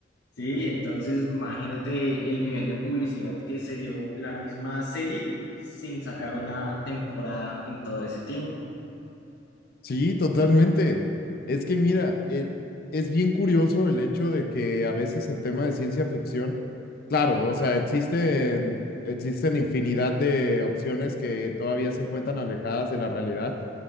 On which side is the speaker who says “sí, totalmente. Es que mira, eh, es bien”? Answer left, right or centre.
Left